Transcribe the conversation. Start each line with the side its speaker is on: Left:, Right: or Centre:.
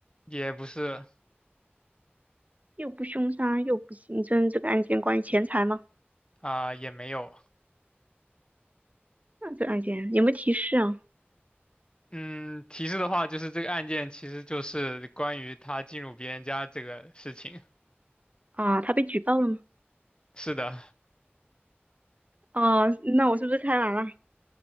Left: 也不是
Right: 又不凶杀又不刑侦，这个案件关于钱财吗？
Left: 啊、也没有。
Right: 那这个案件有没有提示啊？
Left: 嗯，提示的话就是这个案件其实就是关于他进入别人家这个事情。
Right: 啊，他被举报了吗？
Left: 是的，
Right: 哦、那我是不是猜完了？